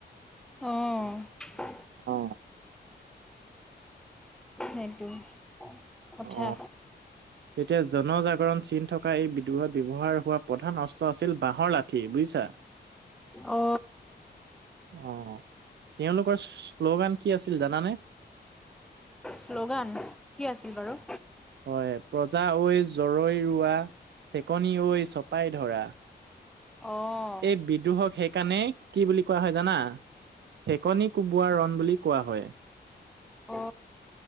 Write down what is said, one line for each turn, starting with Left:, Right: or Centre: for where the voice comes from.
Centre: অঁ।
Right: অ।
Centre: সেইটো কথা।
Right: অ তেতিয়া জনজাগৰণ চিন থকা এই বিদ্ৰোহত ব্যৱহাৰ হোৱা প্ৰধান অস্ত্ৰ আছিল বাঁহৰ লাঠি বুজিছা।
Centre: অ।
Right: অ তেওঁলোকৰ শ্লোগান কি আছিল জানানে?
Centre: শ্লোগান কি আছিল বাৰু।
Right: হয় প্ৰজা ঐ জৰৈ ৰোৱা চেকনি ঐ চপাই ধৰা।
Centre: অ',
Right: এই বিদ্ৰোহক সেইকাৰণে কি বুলি কোৱা হয় জানা? চেকনি কোবোৱা ৰণ বুলি কোৱা হয়।
Centre: অ।